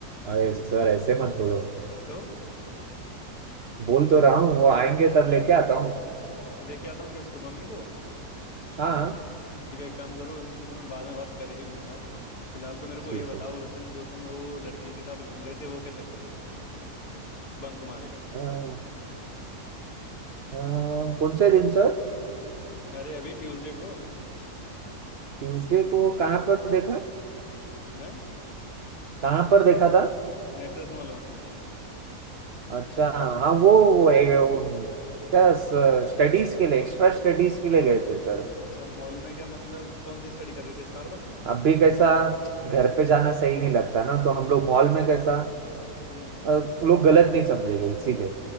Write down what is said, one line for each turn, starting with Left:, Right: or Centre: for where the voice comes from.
Right: अरे सर ऐसे मत बोलो
Left: तो
Right: बोल तो रहा हूँ वो आएंगे तब लेके आता हूँ
Left: लेके आता हूँ किसको मम्मी को
Right: हाँ
Left: ठीक है एक काम करो उनसे तो मैं बाद में बात कर ही लूंगा फिलहाल तो मेरे को
Right: ठीक
Left: ये बताओ
Right: है
Left: उस दिन जो तुम वो लड़की के साथ घूम रहे थे वो क्या चक्कर है बंक मार के
Right: अ, अ, कौन से दिन सर
Left: अरे अभी ट्यूसडे को
Right: ट्यूसडे को कहाँ पर देखा
Left: है
Right: कहाँ पर देखा था
Left: नेक्सस मॉल में
Right: अच्छा हाँ वो वो है- वो क्या स्टडीज के लिए एक्स्ट्रा स्टडीज के लिए गए थे सर
Left: अच्छा मॉल में क्या मतलब कौन सी स्टडी कर रहे थे स्टारबक्स में
Right: अब भी कैसा घर पे जाना सही नहीं लगता ना तो हम लोग मॉल में कैसा
Left: हम्म
Right: अ, लोग गलत नहीं समझेंगे इसीलिए